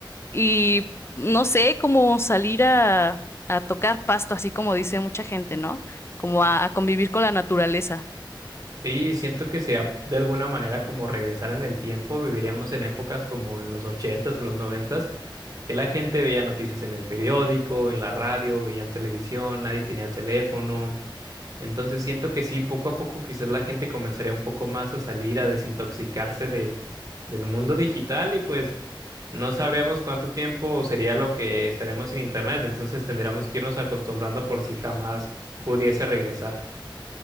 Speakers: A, on the left (about 30°); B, on the right (about 45°).
A: y no sé, como salir a, a tocar pasto, así como dice mucha gente, ¿no? Como a a convivir con la naturaleza.
B: Sí, siento que sea de alguna manera como regresar en el tiempo. Viviríamos en épocas como en los ochentas o los noventas, que la gente veía noticias en el periódico, en la radio, veían televisión, nadie tenía teléfono. Entonces siento que sí, poco a poco quizás la gente comenzaría un poco más a salir, a desintoxicarse de, del mundo digital y pues no sabríamos cuánto tiempo sería lo que estaríamos sin internet. Entonces tendríamos que irnos acostumbrando por si jamás pudiese regresar.